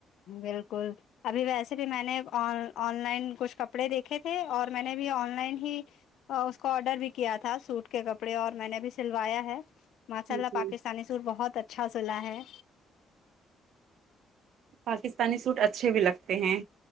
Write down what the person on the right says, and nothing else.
جی
پاکستانی سوٹ اچھے بھی لگتے ہیں